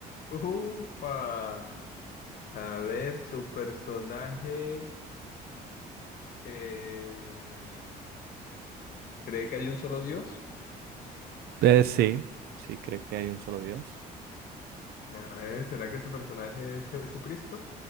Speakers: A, on the left; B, on the right.
A: Upa, a ver, tu personaje eh, cree que hay un solo Dios.
B: Eh, sí, sí cree que hay un solo Dios.
A: A ver, ¿será que tu personaje es Jesucristo?